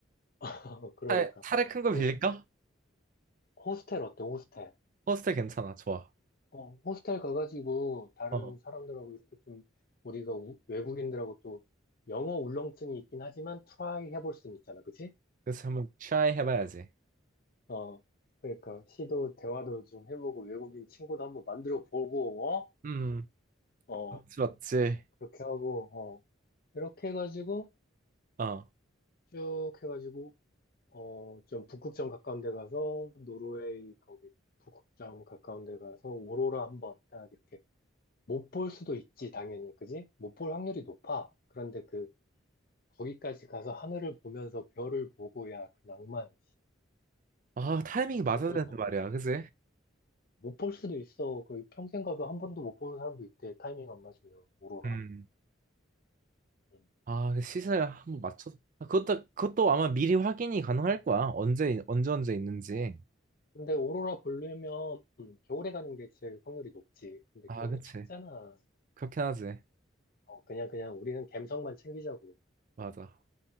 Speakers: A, on the left; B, on the right.
A: <laughs> 그러니까.
B: 차에, 차를 큰 거
A: 그
B: 빌릴까?
A: 호스텔 어때? 호스텔.
B: 호스텔 괜찮아, 좋아.
A: 어, 호스텔 가가지고 다른
B: 어,
A: 사람들하고 이렇게 좀 우리가 우- 외국인들하고 또 영어 울렁증이 있긴 하지만 트라이 해볼 수는 있잖아. 그치?
B: 그래서 한번 트라이 해봐야지.
A: 어, 그러니까 시도 대화도 좀 해보고 외국인 친구도 한번 만들어 보고
B: 음,
A: 어,
B: 그렇지,
A: 어
B: 맞지.
A: 그렇게 하고 어 이렇게 해가지고
B: 어, 어.
A: 쭉 해가지고 어 좀 북극점 가까운 데 가서 노르웨이 거기 북극점 가까운 데 가서 오로라 한번 딱 이렇게 못 볼 수도 있지 당연히 그지? 못 볼 확률이 높아 그런데 그 거기까지 가서 하늘을 보면서 별을 보고 야 그 낭만
B: 아, 타이밍이 맞아야
A: 어쩔
B: 되는데
A: 거야
B: 말이야, 그지?
A: 못 볼 수도 있어. 그 평생 가도 한 번도 못 보는 사람도 있대. 타이밍 안 맞으면 오로라.
B: 음.
A: 음.
B: 아, 그 시세 한번 맞춰. 아, 그것도 그것도 아마 미리 확인이 가능할 거야. 언제 언제 언제 있는지.
A: 어, 근데 오로라 보려면 음, 겨울에 가는 게 제일 확률이 높지. 근데
B: 아,
A: 겨울에
B: 그치.
A: 춥잖아.
B: 그렇긴 하지.
A: 어, 그냥 그냥 우리는 갬성만 챙기자고.
B: 맞아.